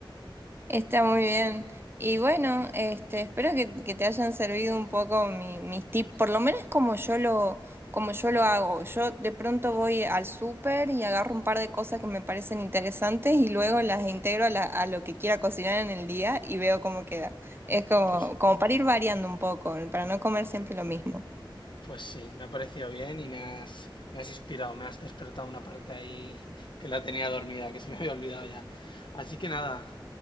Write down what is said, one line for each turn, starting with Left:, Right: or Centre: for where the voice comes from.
Right: Está muy bien. Y bueno, este, espero que, que te hayan servido un poco mi- mis tips, por lo menos como yo lo, como yo lo hago. Yo de pronto voy al súper y agarro un par de cosas que me parecen interesantes y luego las integro a, la- a lo que quiera cocinar en el día y veo cómo queda. Es como,
Left: Pues
Right: como para ir variando un poco, para no comer siempre lo mismo.
Left: Pues sí, me ha parecido bien y me has, me has inspirado, me has despertado una parte ahí <laughs> que la tenía dormida, que se me había olvidado ya. Así que nada,